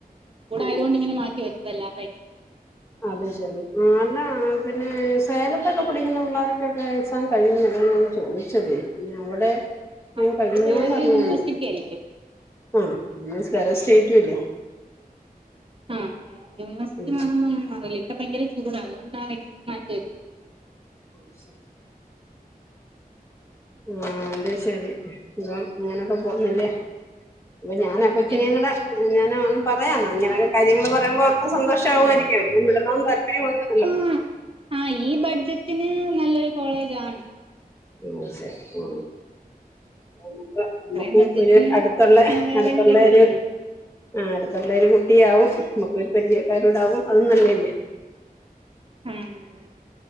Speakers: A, on the right; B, on the left.
A: ചൂടായതുകൊണ്ട്
B: ഉം.
A: ഇങ്ങനെ മാറ്റി വെച്ചെല്ലാർടേം
B: അത് ശെരി ആഹ് അല്ല പിന്നെ സേലത്തൊക്കെ പഠിക്കുന്ന പിള്ളേർക്കൊക്കെ എക്സാം കഴിഞ്ഞു അതാണ് ഞാൻ ചോയിച്ചതെ ഞ് അവിടെ എക്സാം
A: ആ
B: കഴിഞ്ഞോന്നറിയാന്
A: അത് വേറെ യൂണിവേഴ്സിറ്റി അല്ലേ
B: ആഹ് പിന്നെ വേറെ സ്റ്റേറ്റുവല്ലേ
A: ആ യൂണിവേഴ്സിറ്റി
B: ഉം
A: മാറുന്നങ്ങനെ മാറൂല ഇവിടെ ഭയങ്കര ചൂടാ അതുകൊണ്ടാ എക്സാം മാറ്റി വച്ച
B: ആഹ് ശെരി ആഹ് അത് ശരി സുഖം ഇങ്ങനൊക്കെ പോന്ന്ല്യോ അപ്പൊ ഞാനൊ കൊച്ചിനേയും
A: ഉം
B: കൂടെ ഞാന് പറയാന്നാ ഇങ്ങനെയൊക്കെ കാര്യങ്ങള് പറയുമ്പോ അവർക്കും സന്തോഷാവുമായിരിക്കും അവരിക്കും വിടണംന്ന് താല്പര്യം ഒണ്ട്
A: ആഹ് ആ ഈ ബഡ്ജറ്റിന് നല്ലൊരു കോളേജാണ്
B: ഉം ശരി ഉം നോക്കാം നമ്മക്കും
A: അത്രയും ബഡ്ജറ്റിന്
B: ഒരു അടുത്തൊള്ള
A: വേറെങ്ങും
B: അടുത്തൊള്ള
A: കിട്ടത്തില്ലല്ലോ
B: ഒരു ആഹ് അടുത്തുള്ള ഒരു കുട്ടിയാവും അമ്മക്കൊരു പരിചയക്കാരൂടാവും അതും നല്ലയല്യോ
A: ആഹ് അതെ